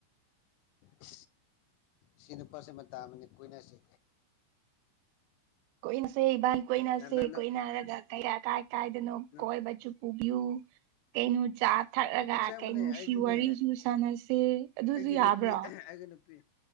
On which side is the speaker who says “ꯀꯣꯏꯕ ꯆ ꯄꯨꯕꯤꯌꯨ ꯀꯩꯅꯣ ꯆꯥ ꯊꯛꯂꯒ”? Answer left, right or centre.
Right